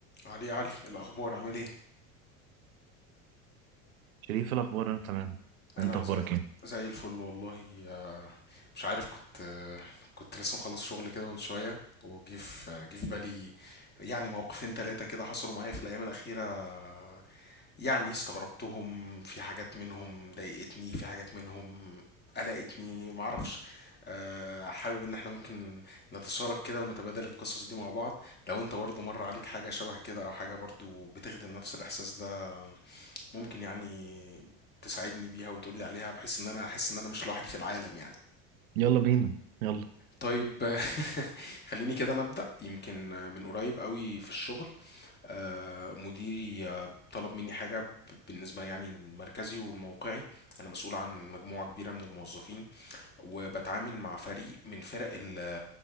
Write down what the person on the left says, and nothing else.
علي علي الأخبار عامل ايه؟
أنا
زي,
زي الفل والله آه، مش عارف كنت آه، كنت لسه مخلص شغل كده من شوية وجه في آه، جه في بالي يعني موقفين تلاتة كده حصلوا معايا في الأيام الأخيرة آه، يعني استغربتهم في حاجات منهم ضايقتني في حاجات منهم قلقتني معرفش آه، حابب ان احنا ممكن نتشارك كده ونتبادل القصص دي مع بعض لو انت برضو مر عليك حاجة شبه كده او حاجة برضو بتخدم نفس الاحساس ده ممكن يعني تساعدني بيها وتقولي عليها بحيث ان انا احس ان انا مش لوحدي في العالم يعني
طيب <laughs> خليني كده نبدأ يمكن من قريب قوي في الشغل آه، مديري آه، طلب مني حاجة ب- بالنسبة يعني المركزي والموقعي أنا مسؤول عن مجموعة كبيرة من الموظفين وبتعامل مع فريق من فرق ال